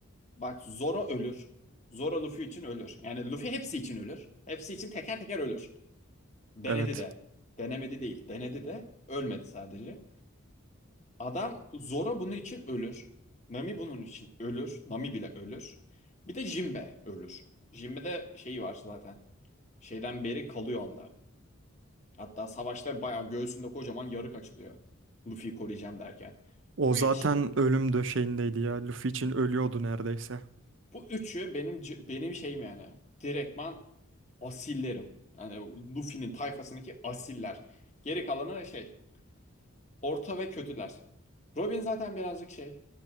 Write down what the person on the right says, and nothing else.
Evet
o
zaten
ölüm döşeğindeydi ya Luffy için ölüyordu neredeyse.